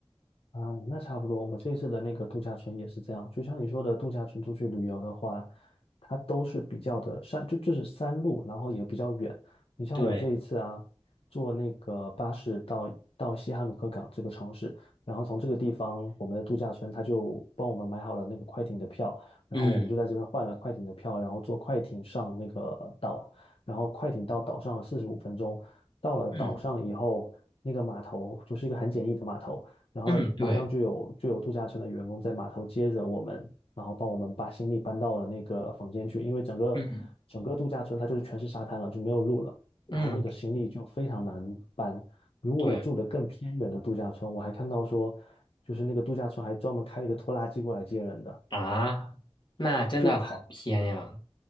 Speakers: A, on the left; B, on the left.
A: 啊，那差不多。我这次的那个度假村也是这样，就像你说的，度假村出去旅游的话，它都是比较的山，就就是山路，然后也比较远。你像我这一次啊，
B: 对，
A: 坐那个巴士到到西哈努克港这个城市，然后从这个地方，我们的度假村他就帮我们买好了那个快艇的票，然后我们就在这边换了快艇的票，
B: 嗯
A: 然后坐快艇上那个岛，然后快艇到岛上四十五分钟，到了岛上以后，
B: 嗯
A: 那个码头就是一个很简易的码头。然后马上就有就有度假村的员工在码头接着我们，
B: 嗯，对，
A: 然后帮我们把行李搬到了那个房间去，因为整个整个度假村它就是全是沙滩了，
B: 嗯
A: 就没有路了，
B: 嗯
A: 然后那个行李就非常难搬。如果你住的更偏远的度假村，
B: 对
A: 我还看到说，就是那个度假村还专门开了一个拖拉机过来接人的，
B: 啊，那真的好偏呀。
A: 就他。